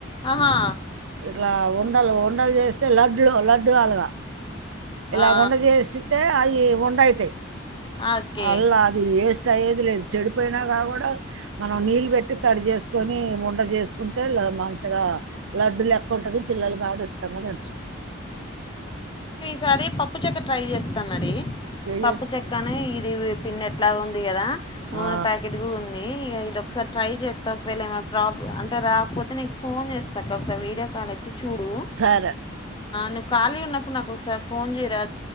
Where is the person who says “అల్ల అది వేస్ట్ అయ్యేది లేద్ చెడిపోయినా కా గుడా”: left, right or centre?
Right